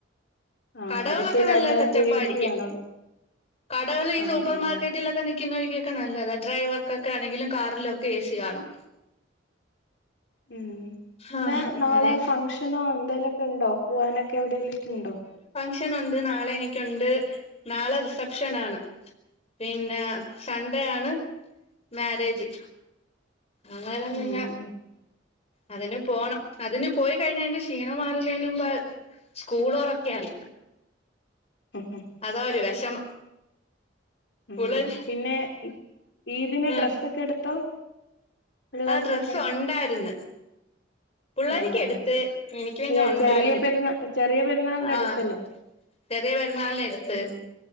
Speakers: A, on the left; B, on the left.
A: ആഹ്
B: കടകളൊക്കെ
A: അത് ശരി
B: നല്ല
A: അതിന്റകത്ത്
B: സെറ്റപ്പായിരിക്കും
A: എ സി കാണുവല്ലോ
B: കടകള് ഈ
A: ആഹ്
B: സൂപ്പർ
A: ആഹ്
B: മാർക്കറ്റി ലൊക്കേ നി നിക്കുന്നവരിക്കൊക്കെ നല്ലതാ ഡ്രൈവർക്കൊക്കെ ആണെങ്കിലും കാറിലൊക്കെ എ സി കാണും
A: ഉം പിന്നാ
B: ആഹ് അങ്ങനെ
A: നാളെ ഫങ്ഷനോ എന്തെലൊക്കെ ഉണ്ടോ പോവാനൊക്കെ എവിടെയല്ലിട്ടുണ്ടോ.
B: ഷനുണ്ട്, നാളെനിക്കുണ്ട്, നാളെ, റീസെപ്ഷനാണ്. പിന്നെ, സൺഡേ, ആണ്, മാരേജ്. അന്നേരം
A: ഉം.
B: പിന്നെ അതിന്, പോണം, അതിന് പോയി, കഴിഞ്ഞാ, എന്റെ ക്ഷീണം, മാറുന്നതിന സ്കൂളോറക്കയായി
A: ഉം
B: അതാ, ഒരു, വിഷമം.
A: ഉം,
B: പുള്ളേര്
A: പിന്നെ, ഈതിന്,
B: ആഹ്
A: ഡ്രസ്സക്കെ, എടുത്തോ. പിള്ളേർക്കൊക്കെ
B: ആ, ഡ്രസ്സൊണ്ടായിരുന്നു. പുള്ളരിക്ക്
A: ആഹ്
B: എടുത്ത് എനിക്ക് പിന്നെ ഉണ്ടായിന്ന്
A: ചെറിയ പെരുന്നാ ചെറിയ പെരുന്നാളിന്റെ
B: ആഹ്
A: അടുത്തല്ലോ
B: ചെറിയ പെരുന്നാളിനടുത്ത്
A: ഉം